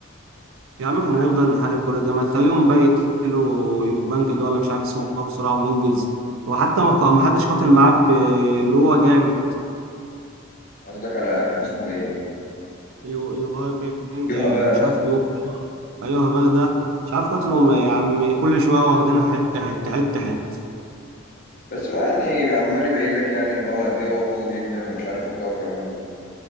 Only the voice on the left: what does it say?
قصدك على كان اسمه ايه
يوها باخ
بس هو يعني عمال يبين لك يعني ان هو قد ايه هو قوي جدا ومش عارف وبتاع الكلام